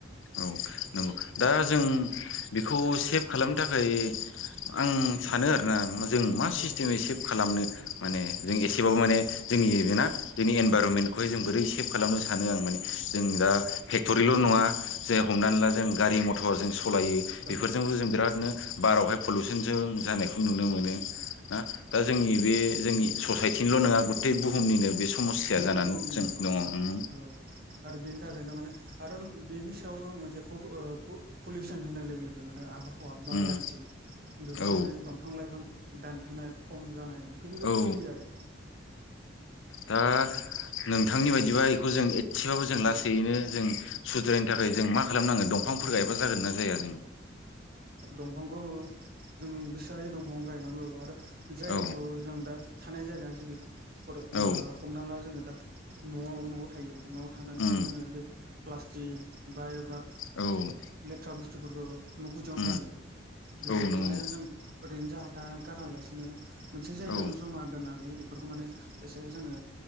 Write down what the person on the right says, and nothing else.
औ
औ
गुथै
बुहुमनिनो
अ औ आरो बेनो थाखायनो माने आरो बेनि सायावबो मोनसे पु पु पुलिउसन होनाय लोगो लोगो माने आबहावा हावा बार
गारथि बेफोर
माने दंफां लाइफां दान फायनाय खम जानाय बेफोरनिबो
फैयो आरो <inaudible>
दंफांखौ जों बिसे हायो दंफां गायनांगौ आरो जायगाखौ
जों दा थानाय जायगा जेरै फोर ओ
हमना ला जोंङो दा न'आव न'आव थायो न'आव थानानै
जोंङो बे प्लास्टिक बा एबा
थ्रा बुस्थुफोरख न' गुदियावनो
गारो बेफोरखौ
माने जों ओरैनो जाहा था गारालासिनो मोनसे जायगायावानो
जमा दोननानै एफोरखो माने एसे जोंङो